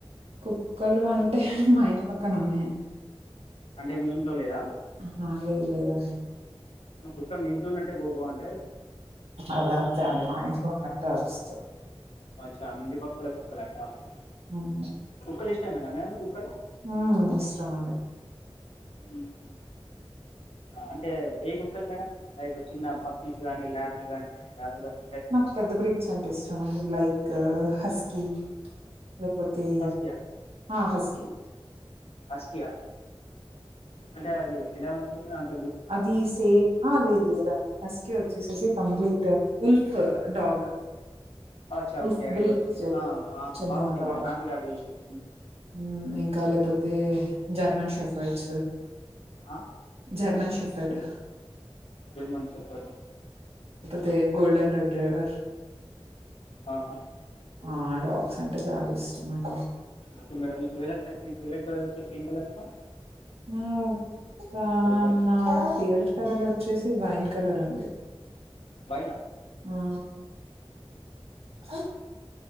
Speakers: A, on the right; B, on the left.
A: కుక్కలు అంటే మా ఇంటి పక్కన ఉన్నాయండి
B: అంటే మీ ఇంట్లో లేదా
A: ఆహా <inaudible>
B: కుుక్క మీ ఇంట్లో ఉన్నట్టే బోవు బో అంటే
A: అదంతే అండి మా ఇంట్లో ఉన్నట్టు అరుస్తు
B: అచ్చ అ మీంటి పక్కల కుక్కలేన అవి
A: అవునా
B: కుక్కలు ఇష్ట మేనా మేడం మీ కుక్కలు
A: ఆ ఇష్టమండి
B: అవునా? అంటే ఏ కు ఎక్కడ మేడం <inaudible> రా చిన్న అప్ప పప్పీసు గాని ల్యాబ్లు గాని డగులు గాని
A: నాకు పెద్ద బ్రీడ్స్ అంటే ఇష్టం అండి లైక్ ఆస్కీ లేకపోతే
B: హస్కీయా
A: ఆ హస్కి
B: హాస్ కియా అంటే అది ఇలా ఉంటుంది అను
A: అది సేమ్ ఆహా లేదు లేదు అండి హస్కి వచ్చే ససి కంప్లీట్ ఉల్ఫ్ డాగ్
B: అచ్చ
A: ఉల్ఫ్
B: ఓకే ఐడియా
A: బ్రీడ్
B: వచ్చింది ఆ ఆ
A: చెందిన
B: బాగుంటాయి
A: డాగ్
B: మేడం నాకు కూడా అవే ఇష్టం
A: హ్మ్. ఇంకా లేకపోతే జర్మన్ షాఫ్టస్
B: ఆ
A: జర్మన్ షా కెఫెడు
B: ఏమని చెప్ప <inaudible>
A: తే గోల్డన్ రెడ్ డ్రైవర్
B: ఆహా
A: ఆ డాగ్స్ అంటే చాలా ఇష్టం అండి.
B: ఇప్పుడు మేడమ్ మీ ఫేవరేట్ కలర్ మీ ఫేవరేట్ కలర్ వచ్చేసి ఏం కలర్ మేడమ్
A: నాక
B: అది
A: నా ఫేవరేట్ కలర్ వచ్చేసి వైన్ కలర్ అండి
B: వైనా
A: ఆ ఆ